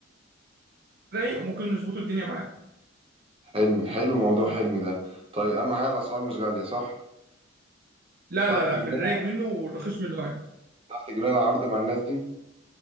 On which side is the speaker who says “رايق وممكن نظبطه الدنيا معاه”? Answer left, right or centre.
Right